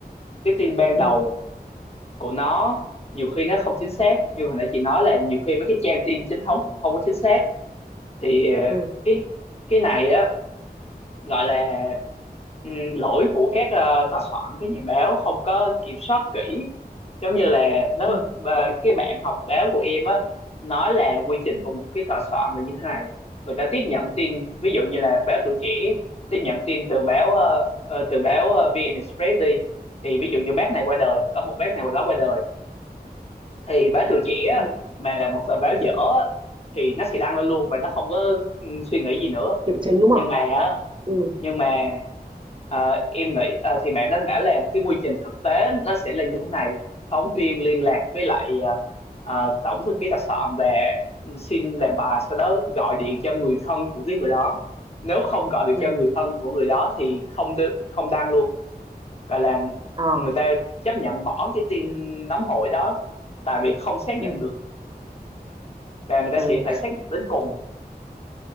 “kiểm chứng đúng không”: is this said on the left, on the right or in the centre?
Right